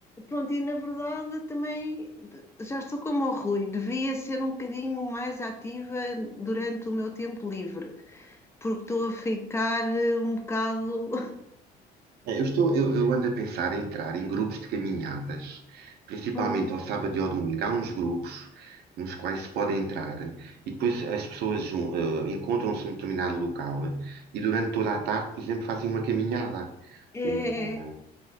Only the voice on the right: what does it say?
É, Eu estou, eu, eu ando a pensar em entrar em grupos de caminhadas, principalmente
ao sábado e ao domingo. Há uns grupos nos quais se pode entrar e depois as pessoas jun- eh, encontram-se num determinado local e durante toda a tarde, por exemplo, fazem uma caminhada.
O,